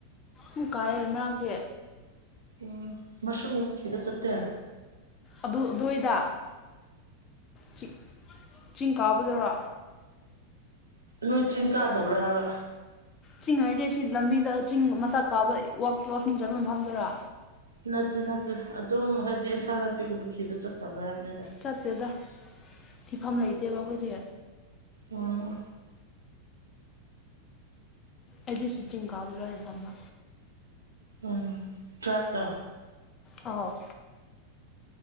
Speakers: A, on the left; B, on the right.
A: ꯎꯝ ꯀꯥꯏꯌꯦ ꯃꯔꯥꯡꯗꯤ
B: ꯎꯝ ꯃꯁ꯭ꯔꯨꯝꯒꯨꯝꯕ ꯊꯤꯕ ꯆꯠꯇꯦ
A: ꯑꯗꯨ ꯑꯗꯨꯋꯥꯏꯗ ꯆꯤ ꯆꯤꯡ ꯀꯥꯕꯗꯔꯣ
B: ꯅꯣꯏ ꯆꯤꯡ ꯀꯥꯗꯕ꯭ꯔꯥ ꯍꯥꯏꯕ
A: ꯆꯤꯡ ꯍꯥꯏꯔꯗꯤ ꯁꯤ ꯂꯝꯕꯤꯗ ꯆꯤꯡ ꯃꯆꯥ ꯀꯥꯕ ꯋꯥꯛ ꯋꯥꯛꯀꯤꯡ ꯆꯠꯄ ꯐꯝꯗꯨꯔꯣ
B: ꯅꯠꯇꯦ ꯅꯠꯇꯦ ꯑꯗꯨꯝ ꯍꯥꯏꯕꯗꯤ ꯏꯟꯁꯥꯡ ꯅꯥꯄꯤꯒꯨꯝꯕ ꯊꯤꯕ ꯆꯠꯇꯕ꯭ꯔꯥ ꯍꯥꯏꯕꯅꯤꯗ
A: ꯆꯠꯇꯦꯗ ꯊꯤꯐꯝ ꯂꯩꯇꯦꯕ ꯑꯩꯈꯣꯏꯗꯤ
B: ꯑꯣ
A: ꯑꯩꯗꯤ ꯁꯤ ꯆꯤꯡ ꯀꯥꯕꯗꯨꯔꯣꯅ ꯈꯟꯕ
B: ꯎꯝ <unintelligible>
A: ꯑꯧ